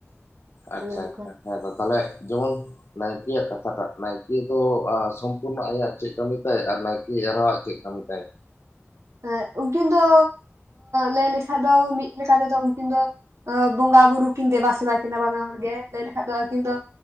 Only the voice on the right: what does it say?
ᱚᱱᱮ ᱚᱱᱠᱟ
ᱮᱸᱜ ᱩᱱᱠᱤᱱ ᱫᱚ ᱞᱟᱹᱭ ᱞᱮᱠᱷᱟᱡ ᱫᱚ ᱢᱤᱫ ᱞᱮᱠᱟ ᱛᱮᱫᱚ ᱩᱱᱠᱤᱱ ᱫᱚ ᱟᱹ ᱵᱚᱸᱜᱟ ᱵᱩᱨᱩ ᱠᱤᱱ ᱫᱮᱵᱟ ᱥᱮᱵᱟ ᱠᱤᱱ ᱵᱟᱱᱟ ᱦᱚᱲ ᱜᱮ ᱞᱟᱹᱭ ᱞᱮᱠᱷᱟᱡ ᱫᱚ ᱟᱹᱠᱤᱱ ᱫᱚ